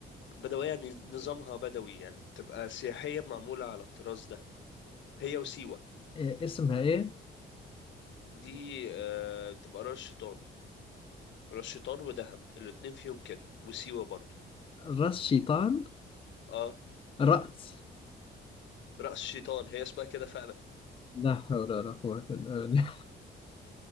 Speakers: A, on the left (about 70°); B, on the left (about 25°).
A: بدوية ن- نظامها بدوي يعني بتبقى سياحية معمولة على الطراز ده هي وسيوة
B: إيه اسمها ايه
A: دي آه، بتبقى راس شيطان راس شيطان ودهب الاتنين فيهم كده وسيوة برضو
B: راس شيطان
A: اه
B: رأس
A: رأس شيطان هي اسمها كده فعلا
B: لا حول ولا قوة إلا بالله